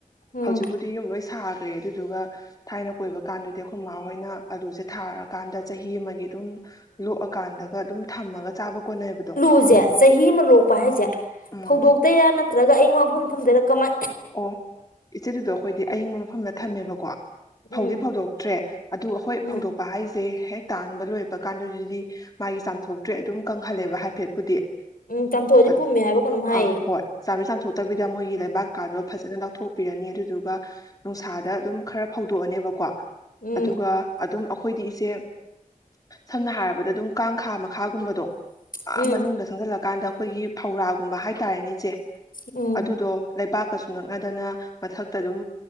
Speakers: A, on the left; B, on the left.
A: ꯎꯝ
B: ꯍꯧꯖꯤꯛꯄꯨꯗꯤ ꯌꯨꯝ ꯂꯣꯏ ꯁꯥ ꯈ꯭ꯔꯦ ꯑꯗꯨꯗꯨꯒ ꯊꯥꯏꯅ ꯀꯣꯏꯕ ꯀꯥꯟꯗꯨꯗꯤ ꯑꯩꯈꯣꯏ ꯃꯥ ꯍꯣꯏꯅ ꯑꯂꯨꯁꯦ ꯊꯥꯔꯀꯥꯟꯗ ꯆꯍꯤ ꯑꯃꯒꯤ ꯑꯗꯨꯝ ꯂꯣꯛꯑꯀꯥꯟꯗꯒ ꯑꯗꯨꯝ ꯊꯝꯃꯒ ꯆꯥꯕ ꯀꯣꯟꯅꯕꯗꯣ
A: ꯖꯦ ꯆꯍꯤ ꯑꯃꯥ ꯂꯣꯛꯄ ꯍꯥꯏꯖꯦ
B: ꯑꯣ
A: ꯐꯧꯗꯣꯛꯇꯨꯏꯔꯥ ꯅꯇ꯭ꯔꯒ ꯑꯌꯤꯡꯕꯥ ꯃꯐꯝ ꯊꯝꯗꯦꯏꯔꯥ ꯀꯃꯥꯏ
B: ꯑꯣ ꯏꯆꯦ ꯑꯗꯨꯗꯣ ꯑꯈꯣꯏꯗꯤ ꯑꯌꯤꯡꯕ ꯃꯐꯝꯗ ꯊꯝꯃꯦꯕꯀꯣ
A: ꯎꯝ
B: ꯐꯧꯗꯤ ꯐꯧꯗꯣꯛꯇ꯭ꯔꯦ ꯑꯗꯨ ꯍꯣꯏ
A: ꯎꯝ
B: ꯐꯧꯗꯣꯛꯄ ꯍꯥꯏꯖꯦ ꯍꯦꯛ ꯇꯥꯟ ꯂꯣꯏꯕ ꯀꯥꯟꯗꯗꯨꯗꯤ ꯃꯥꯒꯤ ꯆꯥꯝꯊꯣꯛꯇ꯭ꯔꯦ ꯑꯗꯨꯝ ꯀꯪꯍꯜꯂꯦꯕ ꯍꯥꯏꯐꯦꯠꯄꯨꯗꯤ
A: ꯎꯝ ꯇꯥꯝꯊꯣꯛꯑꯗꯤ
B: ꯑ
A: ꯄꯨꯝꯃꯦ ꯍꯥꯏꯕ ꯀꯩꯅꯣꯝ ꯍꯥꯏꯌꯦ
B: ꯑꯥ ꯍꯣꯏ ꯆꯥꯝꯃꯗꯤ ꯆꯥꯝꯊꯣꯛꯇꯕꯤꯗ ꯃꯣꯏꯒꯤ ꯂꯩꯕꯥꯛ꯫ ꯐꯖꯅ ꯂꯧꯊꯣꯛꯄꯤꯔꯅꯤ ꯑꯗꯨꯗꯨꯒ ꯅꯨꯡꯁꯥꯗ ꯑꯗꯨꯝ ꯈꯔ ꯄꯧꯗꯣꯛꯑꯅꯦꯕꯀꯣ
A: ꯎꯝ
B: ꯑꯗꯨꯒ ꯑꯗꯨꯝ ꯑꯩꯈꯣꯏꯗꯤ ꯏꯆꯦ ꯁꯝꯅ ꯍꯥꯏꯔꯕꯗ ꯑꯗꯨꯝ ꯀꯥꯡꯈꯥ ꯃꯈꯥꯒꯨꯝꯕꯗꯣ ꯑꯥ
A: ꯎꯝ
B: ꯃꯅꯨꯡꯗ ꯆꯪꯖꯜꯂ ꯀꯥꯟꯗ ꯑꯈꯣꯏꯒꯤ ꯐꯧꯔꯥꯒꯨꯝꯕ ꯍꯥꯏꯇꯥꯔꯦꯅꯦ ꯏꯆꯦ
A: ꯎꯝ
B: ꯑꯗꯨꯗꯣ ꯂꯩꯄꯥꯛ ꯀꯁꯨ ꯅꯛꯅꯗꯅ ꯃꯊꯛꯇ ꯑꯗꯨꯝ